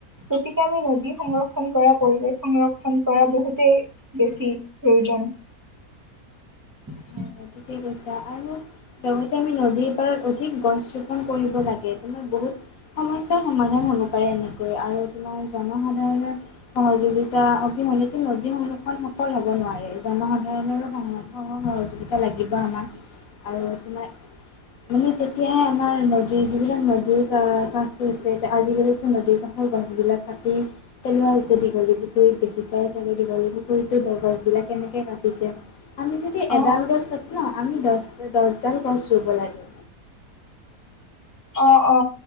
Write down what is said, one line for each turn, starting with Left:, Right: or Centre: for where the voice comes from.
Right: গতিকে আমি নদী সংৰক্ষণ কৰা পৰিৱেশ সংৰক্ষণ কৰা বহুতেই বেছি প্ৰয়োজন। <inaudible>
Left: হয় হয় ঠিকেই কৈছা আৰু লগতে আমি নদীৰ পাৰত অধিক গছ ৰোপন কৰিব লাগে। বহুত সমস্যাৰ সমাধান হ'ব পাৰে এনেকৈ আৰু তোমাৰ জনসাধাৰণৰ সহযোগ <unintelligible> সহযোগিতা অবিহনেটো নদী সংৰক্ষণ সফল হ'ব নোৱাৰে জনসাধাৰণৰো সহযোগিতা <unintelligible> এ লাগিব আমাক আৰু তোমাৰ মানে তেতিয়াহে আমাৰ নদী যিবিলাক নদীৰ ক কাষ <unintelligible> ঠিক আছে এতিয়া আজিকালিতো নদী <unintelligible> গছ বিলাক কাটি পেলোৱা হৈছে দীঘলী পুখুৰীত দেখি চাই চাগে দীঘলী পুখুৰীত দ গছ বিলাক কেনেকে কাটিছে আমি যদি এডাল
Right: অ
Left: গছ ন আমি দ দহডাল গছ ৰুব লাগে।
Right: অ অ।